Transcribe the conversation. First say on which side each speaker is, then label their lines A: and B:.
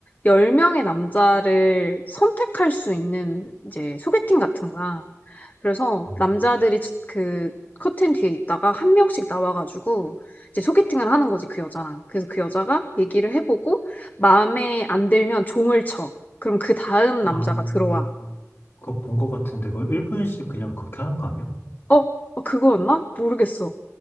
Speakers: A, on the left; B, on the left.
A: 열 명의 남자를 선택할 수 있는 이제 소개팅 같은 거야. 그래서
B: 음.
A: 남자들이 그 커튼 뒤에 있다가 한 명씩 나와가지고 이제 소개팅을 하는 거지, 그 여자랑. 그래서 그 여자가 얘기를 해보고 마음에 안 들면 종을 쳐. 그럼 그 다음
B: 아,
A: 남자가
B: 음,
A: 들어와.
B: 어, 그거 본 것 같은데, 그걸 1분씩 그냥 그렇게 하는 거 아니야?
A: 어? 어, 그거였나? 모르겠어.